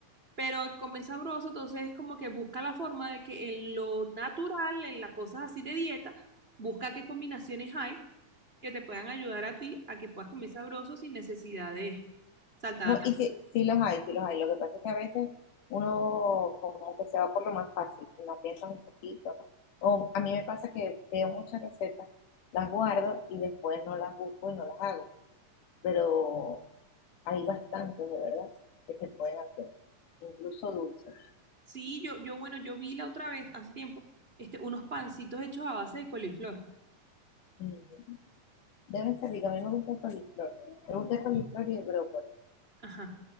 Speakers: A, on the right; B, on the left.
A: pero el comer sabroso entonces es como que busca la forma de que en lo natural, en las cosas así de dieta, busca qué combinaciones hay que te puedan ayudar a ti a que puedas comer sabroso sin necesidad de saltar
B: No,
A: a
B: y sí, sí los hay, sí los hay. Lo que pasa es que a veces uno como que se va por lo más fácil, que no piensa un poquito. O a mí me pasa que veo muchas recetas, las guardo y después no las busco y no las hago. Pero hay bastantes, de verdad, que se pueden hacer, incluso dulces.
A: Sí, yo, yo, bueno, yo vi la otra vez, hace tiempo, este, unos pancitos hechos a base de coliflor.
B: Mm, Deben ser ricas. A mí me gusta el coliflor. Me gusta el coliflor y el brócoli.
A: Ajá,